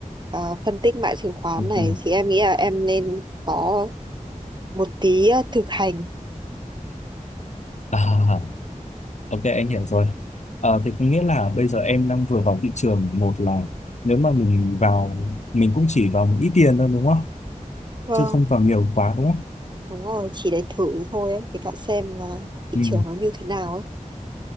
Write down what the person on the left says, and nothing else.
ok
à, ok anh hiểu rồi à, thì có nghĩa là bây giờ em đang vừa vào thị trường một là nếu mà mình vào mình cũng chỉ vào một ít tiền thôi đúng không
chứ không vào nhiều quá đúng không
ừ.